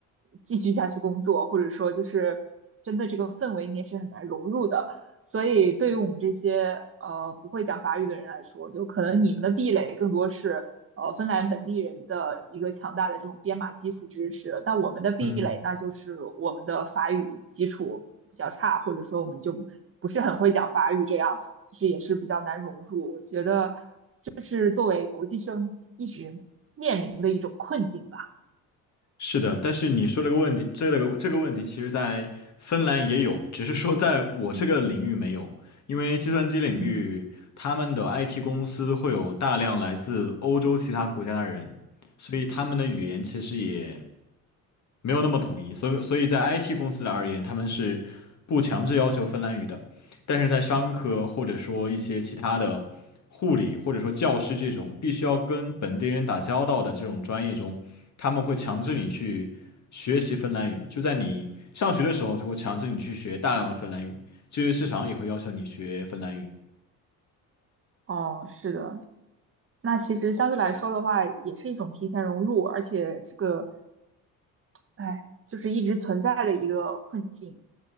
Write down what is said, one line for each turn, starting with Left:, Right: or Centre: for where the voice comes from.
Right: 继续下去工作，或者说就是真的这个氛围你也是很难融入的。所以对于我们这些呃不会讲法语的人来说，就可能你们的壁垒更多是呃芬兰本地人的一个强大的这种编码基础知识，但我们的壁垒那就是我们的法语基础比较差，
Left: 嗯。
Right: 或者说我们就不是很会讲法语，这样就是也是比较难融入。我觉得这是作为国际生一直面临的一种困境吧。
Left: 是的，但是你说这个问题，这个这个问题，其实在芬兰也有，只是说在我这个领域没有，
Right: 嗯
Left: 因为计算机领域他们的
Right: 嗯，
Left: IT 公司会有大量来自欧洲其他国家的人，所以他们的语言其实也没有那么统一，所以所以在 IT 公司而言，他们是不强制要求芬兰语的，但是在商科或者说一些其他的护理或者说教师这种必须要跟本地人打交道的这种专业中。他们会强制你去学习芬兰语，就在你上学的时候就会强制你去学大量的芬兰语，就业市场也会要求你学芬兰语。
Right: 哦，是的。那其实相对来说的话，也是一种提前融入，而且这个哎，就是一直存在的一个困境。